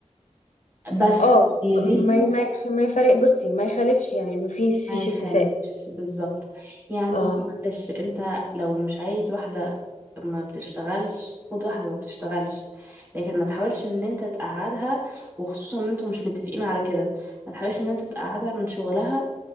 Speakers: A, on the right; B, on the left.
A: بس
B: اه
A: دي
B: ما
A: دي
B: ما يخ- ما يفرق بصي ما يخالفش يعني انه في فيش
A: ما يخالفش
B: اتفاق
A: بالظبط يعني
B: اه
A: معلش انت لو مش عايز واحدة ما بتشتغلش خد واحدة ما بتشتغلش لكن ما تحاولش ان انت تقعدها وخصوصا ان انتوا مش متفقين على كده ما تحاولش ان انت تقعدها من شغلها